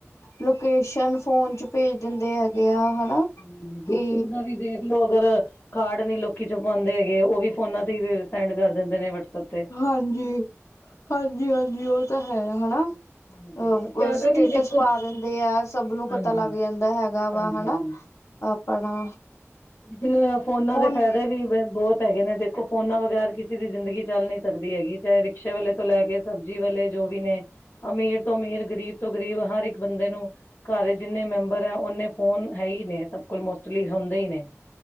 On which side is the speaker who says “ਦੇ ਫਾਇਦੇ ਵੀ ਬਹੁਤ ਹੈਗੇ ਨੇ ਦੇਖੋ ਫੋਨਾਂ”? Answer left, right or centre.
Left